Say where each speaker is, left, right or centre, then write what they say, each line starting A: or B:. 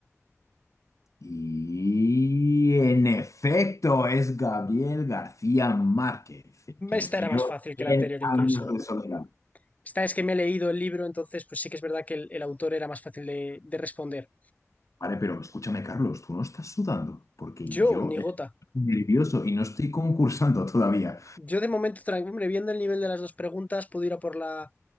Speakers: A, on the left; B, on the left.
A: Y en efecto, es Gabriel García Márquez, quien
B: Esta
A: escribió
B: era más fácil que
A: cien
B: la anterior
A: años
B: incluso.
A: de soledad.
B: Esta es que me he leído el libro, entonces pues sí que es verdad que el, el autor era más fácil de, de responder.
A: Vale, pero escúchame, Carlos, tú no estás sudando, porque
B: Yo,
A: yo
B: ni
A: estoy
B: gota.
A: nervioso y no estoy concursando todavía.
B: Yo de momento, tra- hombre, viendo el nivel de las dos preguntas, puedo ir a por la,